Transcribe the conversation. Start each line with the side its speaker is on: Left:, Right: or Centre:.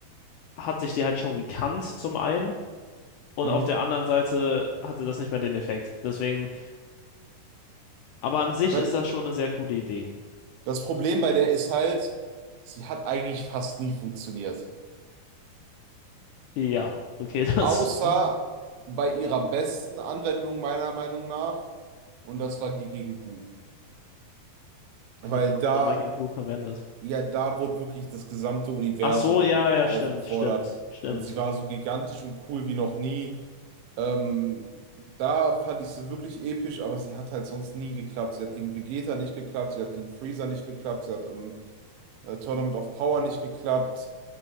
Left: hat sich die halt schon gekannt, zum einen. Und
Right: Mhm.
Left: auf der
Right: Ich
Left: anderen Seite hatte das nicht mehr den Effekt. Deswegen, aber an sich
Right: mein,
Left: ist das schon eine sehr coole Idee.
Right: das Problem bei der ist halt, sie hat eigentlich fast nie funktioniert.
Left: Ja, okay, <laughs> das.
Right: Außer bei ihrer besten Anwendung meiner Meinung nach, und das war die gegen Bu. Weil
Left: Wie wurde
Right: da
Left: die nochmal gegen Blue verwendet?
Right: ja, da wurde wirklich das gesamte Universum
Left: Ach so, ja, ja,
Right: aufgefordert
Left: stimmt, stimmt, stimmt.
Right: und sie war so gigantisch und cool wie noch nie. Ähm, da fand ich sie wirklich episch, aber sie hat halt sonst nie geklappt. Sie hat gegen Vegeta nicht geklappt, sie hat gegen Freezer nicht geklappt, sie hat im äh, Tournament of Power nicht geklappt.